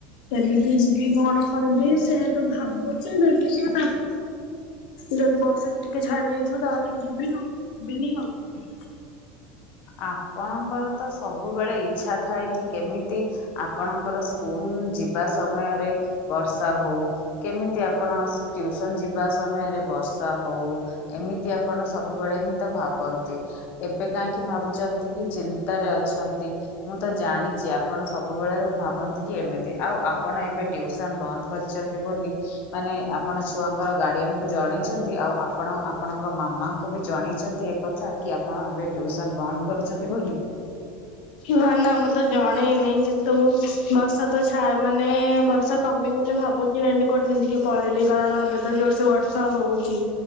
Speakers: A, on the left (about 70°); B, on the left (about 35°).
A: କେମିତି ଯିବି କଣ କରିବି ସେ ତୁ ଭାବୁଛି ଦେଖିବା ତାପରେ। ଯଦି ବର୍ଷା ଟିକେ ଛାଡି ଯାଇଥିବ ତାହେଲେ ଯିବିନ ଯିବିନି ଆଉ
B: ଆପଣଙ୍କର ତ ସବୁବେଳେ ଇଚ୍ଛା ଥାଏ କି କେମିତି ଆପଣଙ୍କର ସ୍କୁଲ ଯିବା ସମୟରେ ବର୍ଷା ହଉ। କେମିତି ଆପଣ ଟୁସନ ଯିବା ସମୟରେ ବର୍ଷା ହଉ। ଏମିତି ଆପଣ ସବୁବେଳେ ହିଁ ତ ଭାବନ୍ତି ଏବେ। କାହିଁକି ଭାବୁଛନ୍ତି କି ଚିନ୍ତାରେ ଅଛନ୍ତି। ମୁଁ ତ ଜାଣିଛି ଆପଣ ସବୁବେଳେ ଭାବନ୍ତି କି ଏମିତି ଆଉ ଆପଣ ଏବେ ଟିଉସନ ବନ୍ଦ। କରିଛନ୍ତି ବୋଲି ମାନେ ଆପଣ ଛୁଆଙ୍କର ଗାର୍ଡିଆନ କୁ ଜଣେଇଛନ୍ତି ଆଉ ଆପଣ ଆପଣଙ୍କ ମାମାଙ୍କୁ ବି ଜଣେଇଛନ୍ତି ଏଥା। ଆପଣ ଏବେ ଟ୍ୟଉସନ ବନ୍ଦ କରୁଛନ୍ତି ବୋଲି।
A: ନା ନା ମୁଁ ତ ଜଣେଇନି କିନ୍ତୁ ବର୍ଷା ତ ଛା ମାନେ ବର୍ଷା କମିଗଲେ ଭାବୁଛି ରେନକୋଟ ପିନ୍ଧିକି ପଳେଇବି କାରଣ ଏବେ ତ ଜୋର ସେ ବର୍ଷା ହୋଉଚି।